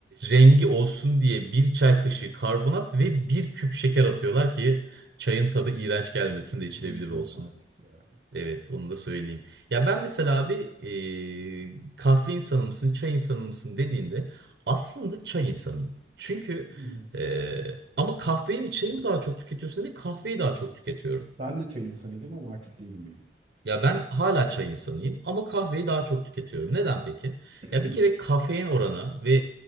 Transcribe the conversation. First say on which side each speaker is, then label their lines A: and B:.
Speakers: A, on the right (about 60°); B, on the right (about 35°).
A: rengi olsun diye bir çay kaşığı karbonat ve bir küp şeker atıyorlar ki çayın tadı iğrenç gelmesin de içilebilir
B: Hmm,
A: olsun.
B: Yok artık ya.
A: Evet, onu da söyleyeyim. Ya ben mesela abi e, kahve insanı mısın, çay insanı mısın dediğinde aslında çay insanıyım. Çünkü
B: Hı hı.
A: e, ama kahveyi mi çayı mı daha çok tüketiyorsun diye kahveyi daha çok tüketiyorum.
B: Ben de çay insanıydım ama artık değilim yani.
A: Ya ben hala çay insanıyım ama kahveyi daha çok tüketiyorum. Neden peki?
B: <clears throat>
A: Ya bir kere kafein oranı ve